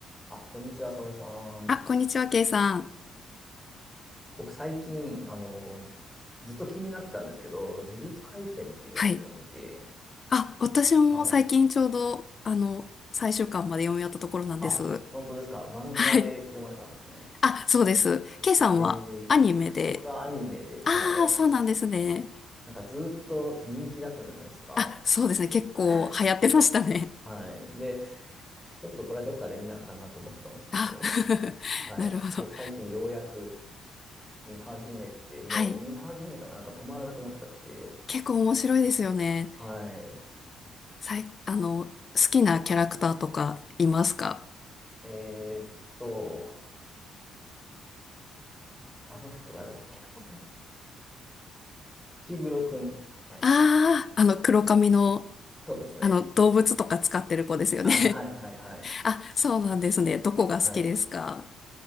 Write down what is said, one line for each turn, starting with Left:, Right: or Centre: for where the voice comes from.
Centre: あ、こんにちは、沙織さん。
Left: あ、こんにちは、ケイさん。
Centre: 僕最近、あの、ずっと気になってたんですけど、呪術廻戦っていうアニメを見て、
Left: はい。あ、私も最近ちょうど、
Centre: はい。
Left: あの、最終巻まで読み終わったところなんです。
Centre: あ、本当ですか。漫画で読まれたんですね。
Left: はい。あ、そうです。ケイさんはアニメで。
Centre: えー、僕はアニメで、
Left: ああ、
Centre: はい。
Left: そうなんですね。
Centre: なんかずっと人気だったじゃないですか。
Left: あ、そうですね。結構流行ってましたね。
Centre: <laughs> はい。で、ちょっとこれどっかで見なあかんなと思ってたんですけど、
Left: あ、<laughs>
Centre: はい。
Left: なるほど。
Centre: よ最近ようやく見始めて、もう見始めたらなんか止まらなくなっちゃって、
Left: はい。結構面白いですよね。
Centre: はい。
Left: さい、あの、好きなキャラクターとかいますか
Centre: えーっと、あの人誰だっけ <laughs> 石黒くん。はい。
Left: ああー、あの、黒髪の、
Centre: そうですね。
Left: あの、動物とか使ってる子ですよね。
Centre: あ、はいはいはい。
Left: あ、そうなんですね。どこが好きですか
Centre: はい。